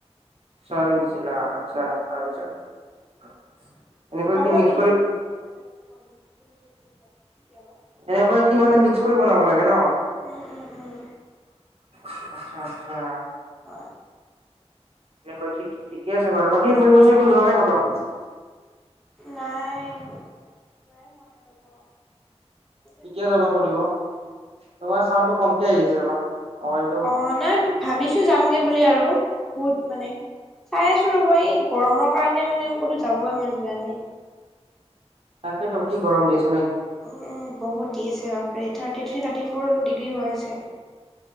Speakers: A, on the right; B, in the centre.
A: চয়াবিন দিছিলা, আচ্ছা তাৰপিছত
B: <unintelligible>
A: এনেকৈ কি মিক্স কৰি এনেকৈ কি মানে মিক্স কৰি বনাব লাগে ন?
B: উম উম উম
A: আচ্ছা আচ্ছা।
B: হয়।
A: এনেকৈ ঠিক ঠিকে আছে বাৰু বাকী ফুৰিব চুৰিব যোৱা নাই কত।
B: লাই লাই মনে ৰ'ব। ক'তো
A: কেতিয়া
B: এনেকে
A: যাবা
B: ওলাই
A: পব
B: কেনে যোৱা নাই আৰু
A: তোমাৰ
B: এই ভাবিছো
A: ছাউণ্ডটো কমকে আহি আছে ৰবা। মোবাইলটো
B: অ নাই ভাবিছো যামগে বুলি আৰু বহুত মানে। চাই আছো ৰ'ব এই গৰমৰ কাৰণে মানে কতো যাবই মন যোৱা নাই।
A: তাকে ট কি গৰম দি আ।
B: উম বহুত দি আছে বাপৰি। থাটি ট্ৰি ফ'ৰ ডিগ্ৰী হৈ আ হৈছে।